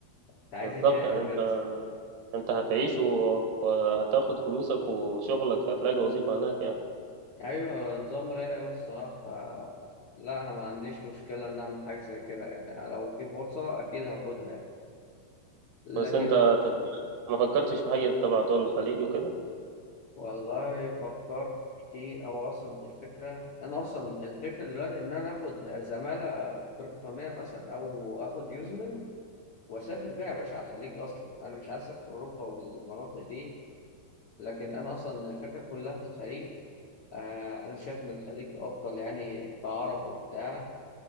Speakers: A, on the left; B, on the right.
A: انت عايز
B: بالظبط
A: ايه تاني
B: يعني
A: بجد
B: انت انت هتعيش و- وهتاخد فلوسك وشغلك هتلاقي وظيفة هناك يعني
A: ايوه نظام رايق أوي الصراحه ف... لا انا ما عنديش مشكله ان اعمل حاجه زي كده يعني لو في فرصه اكيد هاخدها يعني لكن
B: بس انت تف- ما فكرتش في حاجة تبع دول الخليج وكده
A: والله فكرت كتير او اصلا الفكره انا اصلا الفكره دلوقتي ان انا اخد زماله بريطانيه مثلا او اخد يوزمل واسافر بيها يا باشا على الخليج اصلا انا مش عايز اسافر اوروبا والمناطق دي لكن انا اصلا الفكره كلها في الخليج آه انا شايف ان الخليج افضل يعني كعرب وبتاع